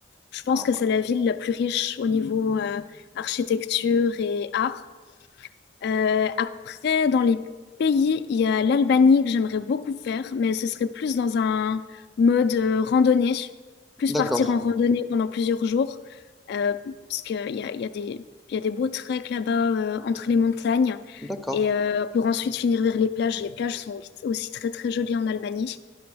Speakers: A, on the left; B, in the centre.
A: je pense
B: Ah,
A: que c'est la ville la plus riche au niveau euh, architecture et art. Euh, après, dans les pays, il y a l'Albanie que j'aimerais beaucoup faire, mais ce serait plus dans un mode euh, randonnée, plus
B: D'accord,
A: partir en randonnée pendant plusieurs jours, euh, parce qu'il y a, il y a des, il y a des beaux treks là-bas euh, entre les montagnes,
B: d'accord.
A: et euh, pour ensuite finir vers les plages. Les plages sont aussi très très jolies en Albanie,